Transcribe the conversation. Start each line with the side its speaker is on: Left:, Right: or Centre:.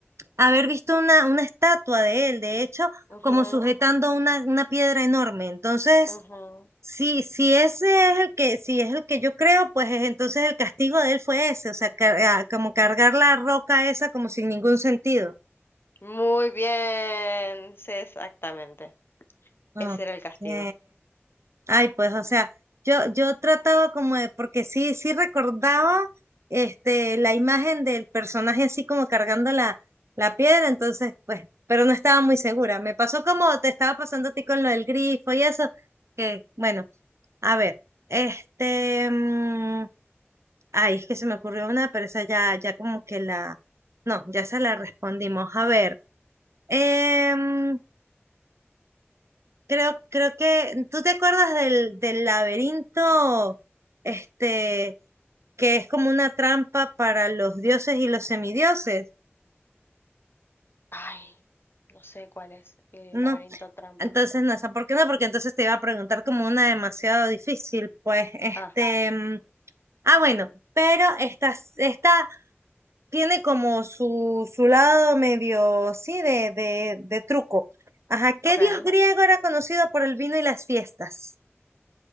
Right: haber visto una, una estatua de él, de hecho,
Left: Ujú,
Right: como sujetando una, una piedra enorme. Entonces,
Left: ujú.
Right: si, si ese es el que, si es el que yo creo, pues es- entonces el castigo de él fue ese, o sea, car- ah, como cargar la roca esa como sin ningún sentido.
Left: Muy bien, sí, exactamente.
Right: Ok.
Left: Ese era el castigo.
Right: Ay, pues, o sea, yo, yo trataba como de, porque sí, sí recordaba este, la imagen del personaje así como cargando la, la piedra, entonces, pues, pero no estaba muy segura. Me pasó como te estaba pasando a ti con lo del grifo y eso, que, bueno, a ver, este, mm, ay, es que se me ocurrió una, pero esa ya, ya como que la, no, ya se la respondimos. A ver, em, Creo, creo que tú te acuerdas del, del laberinto, este, que es como una trampa para los dioses y los semidioses.
Left: Ay, no sé cuál es el
Right: No,
Left: laberinto trampa.
Right: entonces no, esa, ¿por qué no? Porque entonces te iba a preguntar como una demasiado difícil, pues, este,
Left: Ah,
Right: mm, ah, bueno, pero esta, esta tiene como su, su lado medio, sí, de, de, de truco. Ajá, ¿qué
Left: ok.
Right: dios griego era conocido por el vino y las fiestas?